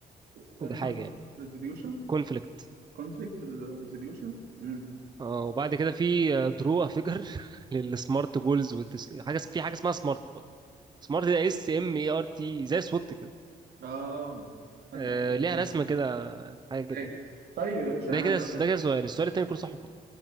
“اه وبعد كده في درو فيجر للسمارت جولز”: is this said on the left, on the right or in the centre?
Right